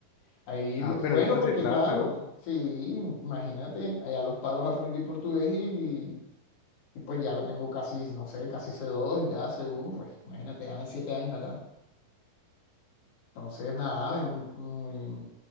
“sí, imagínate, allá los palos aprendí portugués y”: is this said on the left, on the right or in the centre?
Left